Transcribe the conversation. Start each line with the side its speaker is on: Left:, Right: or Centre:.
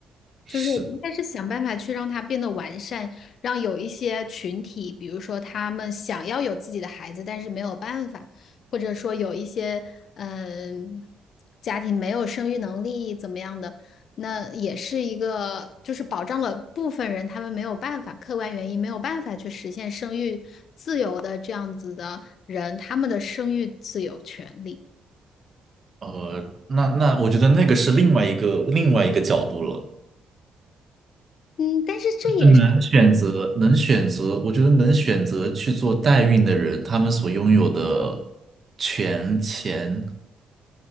Right: 是，
Left: 就是应该是想办法去让它变得完善，让有一些群体，比如说他们想要有自己的孩子，但是没有办法，或者说有一些嗯、家庭没有生育能力怎么样的，那也是一个就是保障了部分人他们没有办法，客观原因没有办法去实现生育自由的这样子的人，他们的生育自由权利。
Right: 呃，那那我觉得那个是另外一个另外一个角度了。
Left: 嗯，但是这也是。
Right: 能选择，能选择，我觉得能选择去做代孕的人，他们所拥有的权钱，